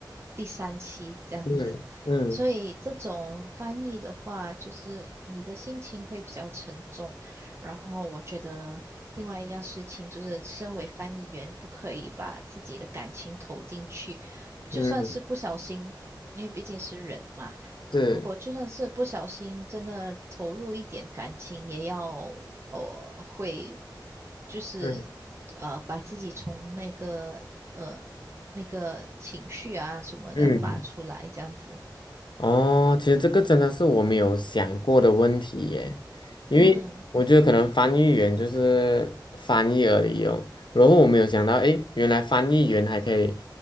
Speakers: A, on the right (about 35°); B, on the left (about 80°).
A: 第三期这样子，
B: 嗯嗯
A: 所以这种翻译的话，就是你的心情会比较沉重。然后我觉得另外一样事情就是，身为翻译员，不可以把自己的感情投进去，就算是不小心，
B: 嗯，
A: 因为毕竟是人嘛。
B: 是，
A: 如果就算是不小心，真的投入一点感情，也要呃会就是呃，
B: 嗯
A: 把自己从那个呃那个情绪啊什么的拔出来，
B: 嗯。
A: 这样子。
B: 哦，其实这个真的是我没有想过的问题耶，因为我觉得可能翻译员就是翻译而已哦，
A: 嗯
B: 然后我没有想到，诶，原来翻译员还可以